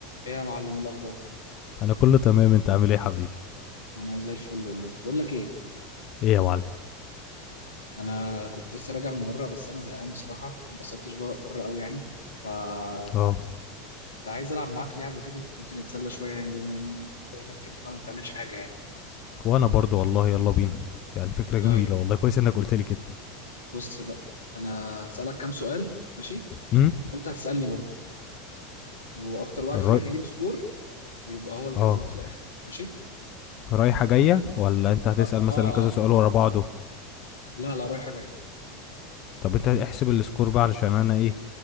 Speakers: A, on the left; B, on the left.
A: ايه يا معلم إيه الاخبار
B: انا كله تمام انت عامل ايه يا حبيبي
A: انا زي الفل والله بقول لك ايه
B: ايه يا معلم
A: انا كنت لسه راجع من بره بس انا زهقان بصراحه ما اتبسطتش بره بره قوي يعني فكنت
B: اه
A: عايز العب معاك لعبه كده قلت نتسلى شويه يعني بما إن- بما انك انت كمان ما بتعملش حاجه يعني
B: وانا برضو والله يلا بينا يعني فكرة
A: طيب
B: جميلة والله كويس انك قلت لي كده
A: بص بقى انا هسالك كام سؤال ماشي
B: امم
A: وانت هتسالني برضه واكتر واحد
B: الراي
A: فينا هيجيب سكور يبقى هو اللي
B: اه
A: كسبان في الاخر ماشي
B: رايحة جاية ولا انت هتسأل
A: اه
B: مثلا
A: اه
B: كذا
A: آه.
B: سؤال ورا بعضه
A: لا لا رايحه جايه
B: طب انت احسب السكور بقى علشان انا ايه